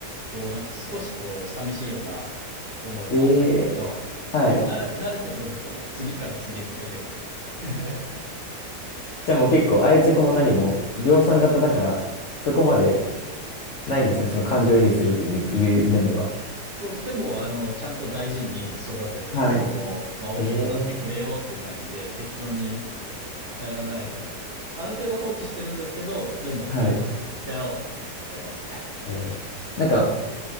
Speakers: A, on the right; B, on the left.
A: こう、なんか少しこう、寂しいような思いもあったんですけど、
B: ええはい。
A: でも慣れ、慣れてくると、次から次へと出てくるんで。<laughs>
B: じゃあもう結構愛着も何も量産型だから、そこまでないんですね。その感情移入するという、いう面では。
A: そう、でも、あの、ちゃんと大事に育ててます。その、
B: は
A: まあ、大きくなってくれよっていう感じで、
B: い。ええ
A: 適当にやらないで、ある程度放置してるんですけど、でも、
B: はい。
A: ちゃんと世話はしてますね。
B: ええなんか、